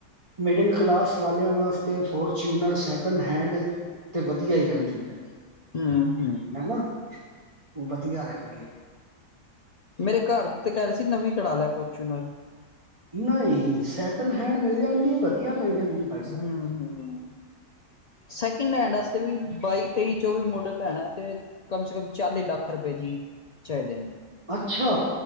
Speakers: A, on the right; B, on the left.
A: ਮਿਡਲ ਕਲਾਸ ਵਾਲਿਆਂ ਵਾਸਤੇ ਫੋਰਚੂਨਰ ਸੈਕਿੰਡ ਹੈਂਡ। ਤੇ ਵਧੀਆ ਹੀ ਰਹਿੰਦੀ ਹੈ।
B: ਹਮ ਹਮ
A: ਹਨਾ ਉਹ ਵਧੀਆ ਰਹਿੰਦੀ ਹੈ।
B: ਮੇਰੇ ਘਰ ਤੇ ਕਹਿ ਰਹੇ ਸੀ ਨਵੀਂ ਕਢਾ ਲੈ ਫੋਰਚੂਨਰ।
A: ਨਹੀਂ, ਸੈਕਿੰਡ ਹੈਂਡ ਮਿਲ ਜਾਂਦੀ ਵਧੀਆ ਮਿਲ ਜਾਂਦੀ। ਭਾਈ ਸਾਹਿਬ
B: ਹਮ ਹਮ ਸੈਕਿੰਡ ਹੈਂਡ ਵਾਸਤੇ ਵੀ ਬਾਈ ਤੇਈ ਚੌਵੀ ਮੋਡਲ। ਲੈਣਾ ਤੇ ਕਮ ਸੇ ਕਮ ਚਾਲੀ ਲੱਖ। ਪਏ ਜੀ, ਚ ਦਿਨ
A: ਅੱਛਾ